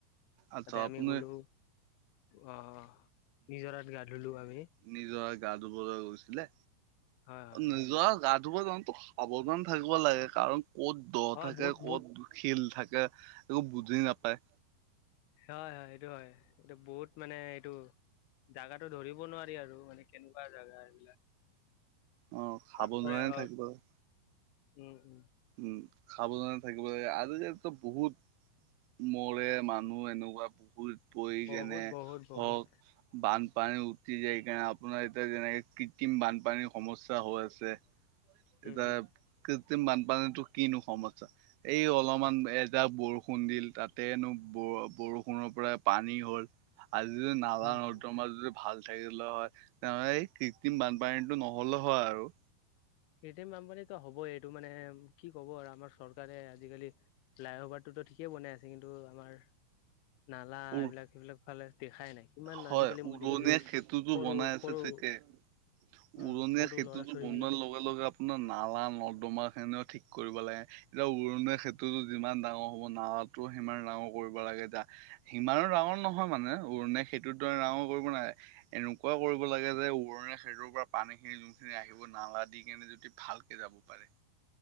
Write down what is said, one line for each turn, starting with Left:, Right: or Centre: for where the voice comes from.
Right: আচ্ছা
Left: তাতে আমি
Right: আপুনি
Left: গ'লো অহ নিজৰাত গা ধুলো আমি।
Right: নিজৰাত গা ধুবলৈ গৈছিলে,
Left: হয় হয়
Right: নিজৰাত
Left: হয়
Right: গা ধুব যাওঁতো সাৱধান থাকিব লাগে কাৰণ ক'ত দ'
Left: হয়
Right: থাকে,
Left: বহুত
Right: ক'ত
Left: বহুত
Right: শিল থাকে, একো বুজি নাপায়।
Left: হয় হয় সেইটো হয় এইটো বহুত মানে এইটো জাগাটো ধৰিব নোৱাৰি আৰু মানে কেনেকুৱা জাগা এইবিলাক।
Right: অ সাৱধানে
Left: পাথৰে হওঁক
Right: থাকিব লাগে।
Left: উম উম।
Right: উম সাৱধানে থাকিব লাগে আজিকালিটো বহুত মৰে মানুহ এনেকুৱা বহুত পৰি
Left: বহুত
Right: কেনে
Left: বহুত বহুত
Right: হওঁক বানপানীত উটি যায় সেইকাৰণে আপোনাৰ এতিয়া যেনেকে কৃত্ৰিম বানপানীৰ সমস্যা হৈ আছে।
Left: উম
Right: এতিয়া
Left: উম
Right: কৃত্ৰিম বানপানীটো কিনো সমস্যা এই অলপমান এজাক বৰষুণ দিল তাতেনো বৰ বৰষুণৰ পৰাই পানী হ'ল। আজি যদি নালা
Left: উম
Right: নৰ্দমা
Left: হম
Right: যদি ভাল থাকিলে হয়, তেনেহলে এই কৃত্ৰিম বানপানীটো নহ'লে হয় আৰু।
Left: কৃত্ৰিম বানপানীটো হ'বই এইটো মানে কি ক'ব আৰু আমাৰ চৰকাৰে আজিকালি ফ্লাই অ'ভাৰটোতো ঠিকেই বনাই আছে। কিন্তু আমাৰ নালা
Right: উৰ
Left: এইবিলাক সেইবিলাক ফালে দেখাই নাই, কিমান
Right: হয়
Left: আজিকালি মই
Right: উৰণীয়া
Left: দেখিছোঁ
Right: সেতুটো
Left: সৰু
Right: বনাই
Left: সৰু
Right: আছে ঠিকে উৰণীয়া
Left: অ সৰু
Right: সেঁতুটো
Left: ল'ৰা ছোৱালী
Right: বনোৱাৰ
Left: বিলাক
Right: লগে লগে লগে আপোনাৰ নালা নৰ্দমাখিনিও ঠিক কৰিব লাগে। এতিয়া উৰণীয়া সেঁতুটো যিমান ডাঙৰ হ'ব নালাটো সিমান ডাঙৰ কৰিব লাগে এতিয়া সিমানো ডাঙৰ নহয় মানে উৰণীয়া সেঁতুটোৰ দৰে ডাঙৰ কৰিব নালাগে। এনেকুৱা কৰিব লাগে যে উৰণীয়া সেঁতুৰ পৰা পানীখিনি যোনখিনি আহিব নালা দি কেনে যদি ভালকে যাব পাৰে।